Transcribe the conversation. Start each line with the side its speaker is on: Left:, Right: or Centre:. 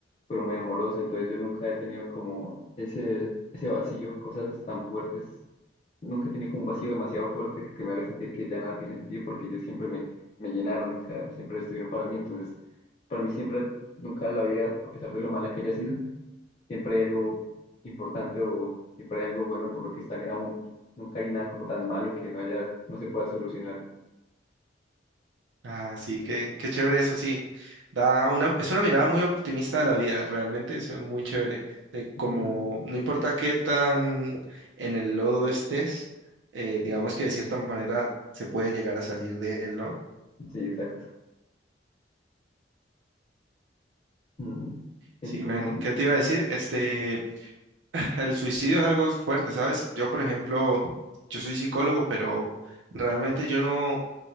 Left: fueron muy amorosos, entonces yo nunca he tenido como ese, ese vacío, cosas tan fuertes. Nunca he tenido como un vacío demasiado fuerte que me haga sentir que ya nada tiene sentido, porque ellos siempre me, me llenaron, o sea, siempre estuvieron para mí. Entonces, para mí siempre, nunca la vida, a pesar de lo mala que haya sido, siempre hay algo importante o siempre hay algo bueno por lo que estaré aún. Nunca hay nada como tan malo que no haya, no se pueda solucionar.
Right: Ah, sí, qué, qué chévere eso, sí. Da una, es una mirada muy optimista de la vida, realmente es muy chévere. De como,
Left: Ujú,
Right: no importa qué tan en el lodo estés, eh, digamos que de cierta manera se puede llegar a salir de él, ¿no?
Left: Sí, exacto. Mm, ¿Y
Right: Sí,
Left: a ti cómo?
Right: men. ¿Qué te iba a decir? Este, <laughs> el suicidio es algo fuerte, ¿sabes? Yo, por ejemplo, yo soy psicólogo, pero realmente yo no.